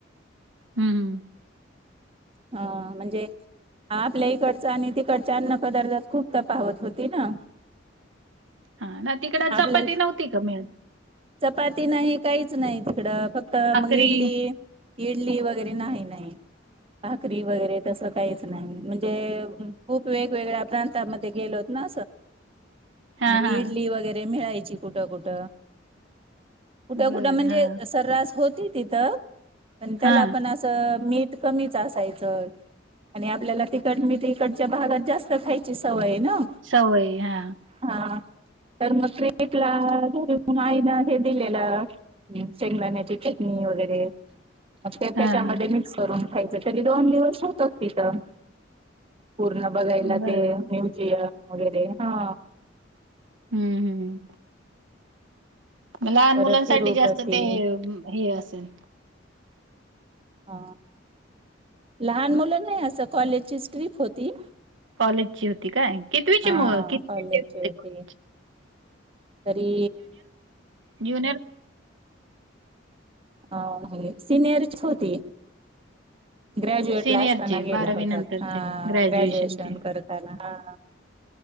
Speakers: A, on the right (about 80°); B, on the right (about 30°).
A: हम्म
B: हा म्हणजे हा आपल्या इकडचं आणि तिकडच्या अन्न पदार्थात खूप त पा होत होती ना
A: हा ना तिकड
B: आपल्याला
A: चपाती नव्हती कामी
B: चपाती नाही काहीच नाही तिकडं फक्त
A: भाकरी
B: मग इडली इडली वगैरे नाही नाही भाकरी वगैरे तसं काहीच नाही म्हणजे खूप वेगवेगळ्या प्रांतामध्ये गेलो होत ना
A: हा
B: म
A: हा
B: इडली वैरे मिळाची कुठ कुठ कुठ
A: बर
B: कुठ म्हणजे
A: हा
B: सर्रास होती तिथं पण त्याला
A: हा
B: पण असं मीठ कच असायच आपल्याला तट मी तडच्या भागात जास्त खा ची सवय आहे ना
A: सवय हा
B: हा तर मग क्रटला घरी म्हून आई ना हे दिलेलं शेंगलाण्याची वगैरे त्याच्यामध्ये
A: हा हा
B: मिक्स करून खायचं तरी दोन दिवस होतात तिथं पूर्ण बघायला
A: बर
B: ते म्युझियम वगैरे हा
A: हम्म हम्म म लहान
B: परत
A: मुलांसाठी
B: तिरुपती
A: जास्त ते हे असेल
B: अ लहान मुलं नाही असं कॉलेजची ट्रिप होती
A: कॉलेजची होती काय? कितवीची
B: हा
A: मग कितवीचे
B: कॉलेजी
A: होते कॉलेज?
B: तरी
A: जुनिर
B: अ सिनियरच होती ग्रॅज्युएट
A: सीनियरची
B: ला असताना गेल्या होत
A: नंतरची
B: हा
A: ग्रॅज्युएशनची.
B: ग्रॅज्युएशन
A: हं,
B: करताना हा